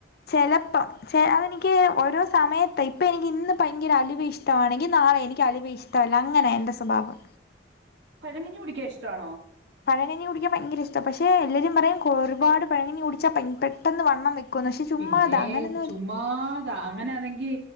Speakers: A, on the left; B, on the right.
A: ചലപ്പം ശരി അതെനിക്ക് ഓരോ സമയത്ത് ഇപ്പം എനിക്ക് ഇന്ന് ഭയങ്കര അലിവ ഇഷ്ടമാണെങ്കിൽ നാളെ എനിക്ക് അലിവ ഇഷ്ടം അങ്ങനെ എൻ്റെ സ്വഭാവം
B: പഴങ്കഞ്ഞി കുടിക്കാ ഇഷ്ട ആണോ
A: പഴകഞ്ഞി കുടിക്കാൻ ഭയങ്കര ഇഷ്ട പക്ഷെ എല്ലാവരും പറയും ഒരുപാട് പഴകഞ്ഞി കുടിച്ചൽ പെട്ടെന്ന് വണ്ണം ക്കുന്ന്പക്ഷെ ചുമ്മാതാ
B: പിന്നെ
A: അങ്ങനൊന്നും
B: ചുമ്മാതാ അങ്ങനെയാണെങ്കി